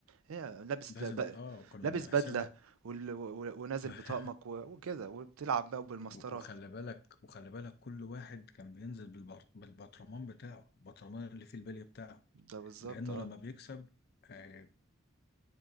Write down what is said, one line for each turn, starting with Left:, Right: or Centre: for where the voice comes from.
Right: هي لابس
Left: لازم
Right: ب
Left: اه كنا
Right: لابس
Left: بنحسبها
Right: بدلة وال و و- ونازل
Left: <laughs>
Right: بطقمك و وكده، وبتلعب بقى وبالمسطرة،
Left: و- وخلي بالك وخلي بالك كل واحد كان بينزل بالبر... بالبطرمان بتاعه البطرمان اللي فيه البلية بتاعه
Right: ده بالضبط
Left: لأنه
Right: آه.
Left: لما بيكسب آه